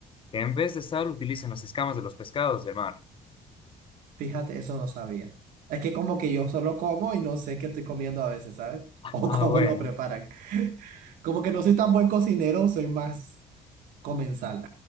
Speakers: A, on the left (about 40°); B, on the right (about 75°).
A: que en vez de sal utilizan las escamas de los pescados del mar.
B: fíjate, eso no sabía. Es que como que yo solo como y no sé qué estoy comiendo a veces, ¿sabes? <laughs>
A: <laughs>
B: O cómo
A: Ah, bueno.
B: lo preparan. <laughs> Como que no soy tan buen cocinero, soy más comensal.